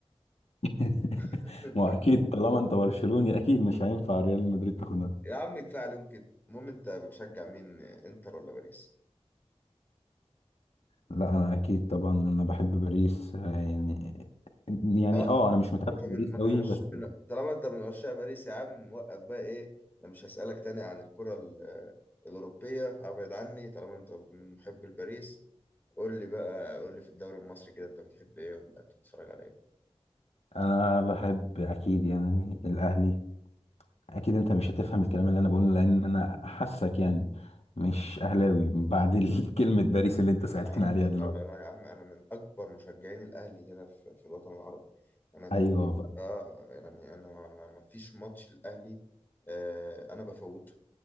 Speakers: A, on the left; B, on the left.
A: <laughs>
B: <laughs>
A: ما هو اكيد طالما انت برشلوني اكيد مش هينفع ريال مدريد تاخدها
B: يا عم كفاية عليهم كده المهم انت بتشجع مين انتر ولا باريس
A: لا انا اكيد طبعا انا بحب باريس آه، يعني يعني
B: اه
A: اه انا مش متابع
B: انت من
A: باريس قوي
B: من عش...
A: بس
B: من... طالما انت من عشاق باريس يا عم وقف بقى ايه انا مش هسألك تاني عن الكرة ال- آه، الأوروبية ابعد عني طالما انت من محب الباريس قول لي بقى قول لي في الدوري المصري كده انت بتحب ايه ولا بتتفرج على ايه
A: انا بحب اكيد يعني الاهلي اكيد انت مش هتفهم الكلام اللي انا بقوله لان انا حاسك يعني مش اهلاوي بعد ال- <laughs> كلمة باريس اللي انت سألتني
B: يا عم
A: عليها
B: لا
A: دلوقتي
B: لا لا يا عم انا من اكبر مشجعين الاهلي هنا في, في الوطن العربي انا ت...
A: ايوه
B: اه يعني انا انا ما فيش ماتش الاهلي آه انا بفوته